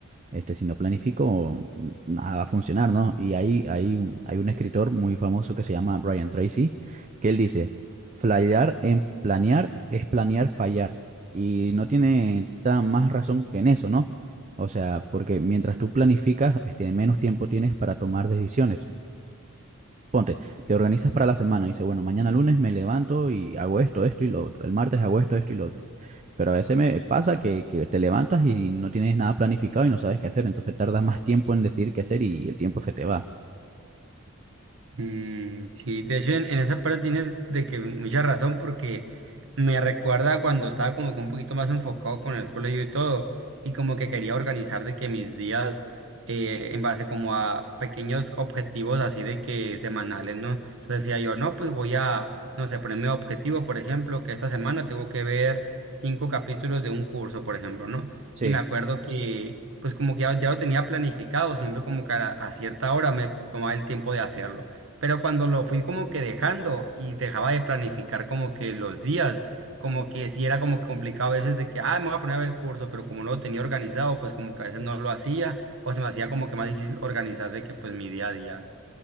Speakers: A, on the right (about 35°); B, on the right (about 60°).
A: Este, si no planifico, nada va a funcionar, ¿no? Y ahí hay un, hay un escritor muy famoso que se llama Brian Tracy, que él dice, fallar en planear es planear fallar. Y no tiene tan más razón que en eso, ¿no? O sea, porque mientras tú planificas, este, menos tiempo tienes para tomar decisiones. Ponte, te organizas para la semana, dice, bueno, mañana lunes me levanto y hago esto, esto y lo otro, el martes hago esto, esto y lo otro. Pero a veces me pasa que, que te levantas y no tienes nada planificado y no sabes qué hacer, entonces tardas más tiempo en decidir qué hacer y el tiempo se te va.
B: Mm, sí, de hecho en, en esa parte tienes de que mucha razón porque me recuerda cuando estaba como que un poquito más enfocado con la escuela yo y todo y como que quería organizar de que mis días eh, en base como a pequeños objetivos así de que semanales, ¿no? Entonces decía yo, no, pues voy a, no sé, ponerme objetivo, por ejemplo, que esta semana tengo que ver cinco capítulos de un curso, por ejemplo, ¿no?
A: Sí,
B: Y me acuerdo que pues como que ya, ya lo tenía planificado, siempre como que a a cierta hora me tomaba el tiempo de hacerlo. Pero cuando lo fui como que dejando y dejaba de planificar como que los días, como que sí era como que complicado a veces de que, ah, me voy a poner a ver el curso, pero como no lo tenía organizado, pues como que a veces no lo hacía o se me hacía como que más difícil organizar de que pues mi día a día.